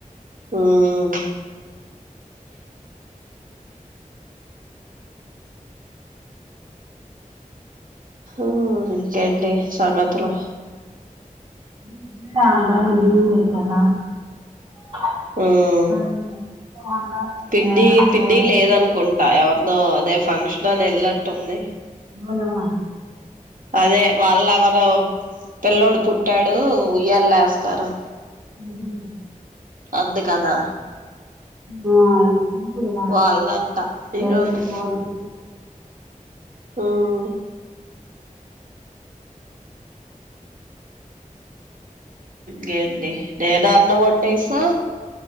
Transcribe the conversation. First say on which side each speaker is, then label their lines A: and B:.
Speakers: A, on the right (about 75°); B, on the right (about 45°).
A: ఉమ్ ఉమ్ ఇంకేంటి సంగతులు
B: <unintelligible>
A: ఉమ్
B: వండాలి
A: పిన్ని
B: కూర
A: పిన్ని లేదనుకుంటా ఎవర్దో అదే ఫంక్షన్ అని ఎల్నట్టుంది
B: అవునా
A: అదే వాళ్ళ ఎవరో పిల్లోడు పుట్టాడు ఉయ్యల్లేస్తారన్
B: అవునా
A: అందికదా
B: ఆ పోన్లే మాకె
A: వాళ్ళదంట
B: <unintelligible>
A: ఈరోజు
B: పోను
A: ఉమ్ గెడ్డి నేనా అన్నమొన్డేశా